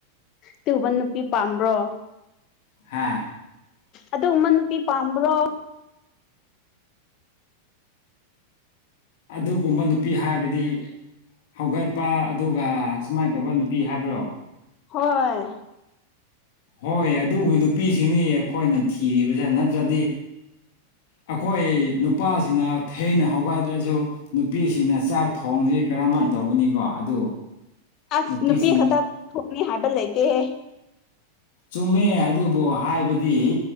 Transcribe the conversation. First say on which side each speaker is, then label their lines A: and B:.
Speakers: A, on the left; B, on the left.
A: ꯇꯨꯕ ꯅꯨꯄꯤ ꯄꯥꯝꯕ꯭ꯔꯣ
B: ꯍꯥꯥ
A: ꯑꯗꯨ ꯒꯨꯝꯕ ꯅꯨꯄꯤ ꯄꯥꯝꯕ꯭ꯔꯣ
B: ꯑꯗꯨꯒꯨꯝꯕ ꯅꯨꯄꯤ ꯍꯥꯏꯕꯗꯤ ꯍꯧꯒꯠꯄ ꯑꯗꯨꯒ ꯁꯨꯃꯥꯏ ꯇꯧꯕ ꯅꯨꯄꯤ ꯍꯥꯏꯕ꯭ꯔꯣ
A: ꯍꯣꯏ
B: ꯍꯣꯏ ꯑꯗꯨꯒꯤ ꯅꯨꯄꯤꯁꯤꯡꯅꯤ ꯑꯩꯈꯣꯏꯅ ꯊꯤꯔꯤꯕꯁꯦ ꯅꯠꯇ꯭ꯔꯗꯤ ꯑꯩꯈꯣꯏ ꯅꯨꯄꯥꯁꯤꯅ ꯊꯤꯅ ꯍꯧꯒꯠꯂꯁꯨ ꯅꯨꯄꯤꯁꯤꯡꯅ ꯆꯥꯛ ꯊꯣꯡꯖꯤ ꯀꯔꯝꯍꯥꯏ ꯇꯧꯒꯅꯤꯀꯣ ꯑꯗꯨ
A: ꯑꯁ
B: ꯅꯨꯄꯤꯁꯤꯡ
A: ꯅꯨꯄꯤ ꯈꯛꯇ ꯊꯣꯛꯀꯅꯤ ꯍꯥꯏꯕ ꯂꯩꯇꯦꯍꯦ
B: ꯆꯨꯝꯃꯦ ꯑꯗꯨꯕꯨ ꯍꯥꯏꯕꯗꯤ